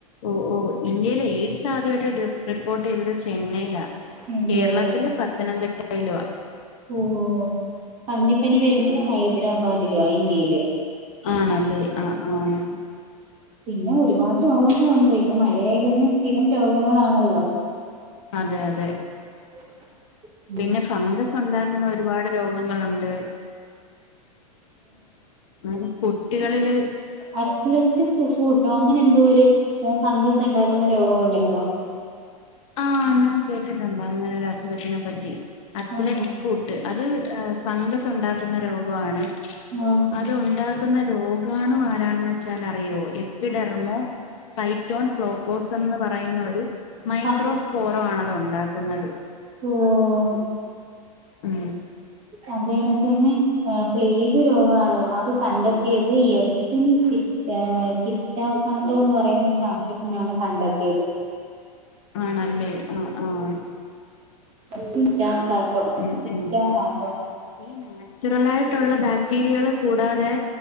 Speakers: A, on the left (about 55°); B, on the right (about 40°).
A: ഓഹ് ഓഹ് ഇന്ത്യയിലെ എയ്ഡ്സ് ആദ്യായിട്ട് ടി റിപ്പോർട്ട് ചെയ്തത് ചെന്നൈയിലാ
B: ചെന്നൈയില
A: കേരളത്തില് പത്തനംതിട്ടയിലുവാ
B: ഓഹ് പന്നിപ്പനി വരുന്നത് ഹൈദരാബാദില ഇന്ത്യയില്
A: ആണല്ലേ ആഹ് ആഹ്
B: പിന്നെ ഒരുപാട് രോഗങ്ങളുണ്ട് ഇപ്പൊ മഴയായി കഴിഞ്ഞാൽ സ്ഥിരം രോഗങ്ങളാണല്ലോ
A: അതെ അതെ
B: <inaudible>
A: പിന്നെ ഫംഗസ് ഉണ്ടാക്കുന്ന ഒരുപാട് രോഗങ്ങളുണ്ട് ഇന്നാലും കുട്ടികളില്
B: അറ്റ്ലറ്റ് സുഫുട്ടോ അങ്ങനെ എന്തോ ഒരു <unintelligible> ഫംഗസ് ഉണ്ടാക്കുന്ന രോഗോണ്ടല്ലോ
A: ആഹ് ഞാൻ കേട്ടിട്ടുണ്ട് അങ്ങനെ ഒരു അസുഖത്തിനെ പറ്റി അത്‌ലറ്റ്
B: ആഹ്
A: ഫ്രൂട്ട് അത് ഏഹ് ഫങ്കസ് ഉണ്ടാക്കുന്ന രോഗാണ്
B: ആഹ്
A: അത് ഉണ്ടാക്കുന്ന രോഗാണു ആരാണെന്ന് വെച്ചാൽ അറിയോ എ വിഡെർമോ ടൈറ്റോൺ ഫ്ലോക്കോസംന്ന് പറയുന്ന ഒരു മൈക്രോസ്പോറോ
B: ആഹ്
A: ആണ് അതുണ്ടാക്കുന്നത്.
B: ഓഹ്
A: ഉം
B: അതേന തന്നെ ആഹ് പ്ലേഗ് രോഗാണോ അത് കണ്ടെത്തിയത് എർ സിൻ സി ഏഹ് കിറ്റാസാട്ടോ എന്ന് പറയുന്ന ശാസ്ത്രജ്ഞനാണ് കണ്ടെത്തിയത്.
A: ആണല്ലേ ആഹ് ആഹ്
B: എസിൻ യാസാട്ടോ
A: ഉം
B: ഇത്യാസാട്ടോ.
A: ഉം ഈ നാച്ചുറലായിട്ടുള്ള ബാക്ടീരിയകളെ കൂടാതെ